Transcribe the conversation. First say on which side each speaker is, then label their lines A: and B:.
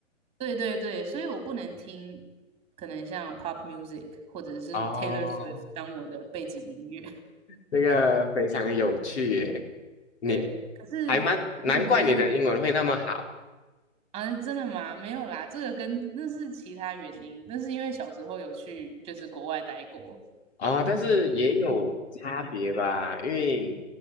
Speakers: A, on the right; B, on the left.
A: 对对对，所以我不能听可能像 pop music 或者是
B: <laughs> 哦，
A: Taylor Swift 当我的背景音乐。
B: 这个非常有趣耶，你
A: 对，可是如果是
B: 还蛮难怪你的英文会那么好。
A: 啊，真的吗？没有啦，这个跟那是其他原因，那是因为小时候有去就是国外待过，
B: 啊，但是也有差别吧，因为